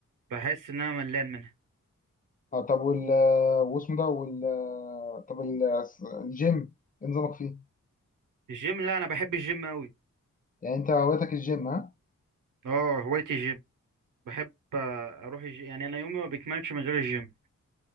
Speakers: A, on the right; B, on the left.
A: بحس ان انا ملان منها
B: آه طب وال واسمه ده وال طب ال- الجيم ايه نظامك فيه
A: الجيم لا انا بحب الجيم قوي
B: يعني انت هوايتك الجيم ها
A: اه هوايتي الجيم بحب آه، اروح الجيم يعني انا يومي ما بيكملش من غير الجيم